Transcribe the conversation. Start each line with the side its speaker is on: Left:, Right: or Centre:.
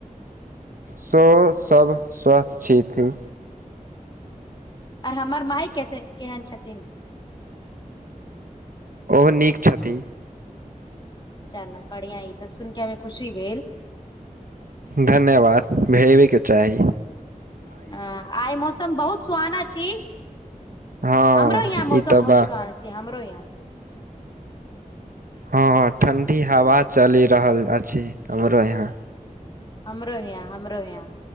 Right: शो सभ स्वस्थ छीथी।
Left: आर हमर मााय कैसे केहन छथिन?
Right: ओहो नीक छथि।
Left: चल बढ़िया ई तऽ सुन के हमे खुशी भेल।
Right: धन्यवाद! भेजबेके चाही।
Left: ह आइ मौसम बहुत सुहाना छी।
Right: हँ
Left: हमरो यहाँ
Right: ई
Left: मौसम
Right: तऽ
Left: बहुत
Right: बा
Left: सुहाना छै, हमरो यहाँ।
Right: हँ ठंडी हवा चलि रहल अछि हमरो यहाँ।
Left: ह हमरो यहा, हमरो यहा,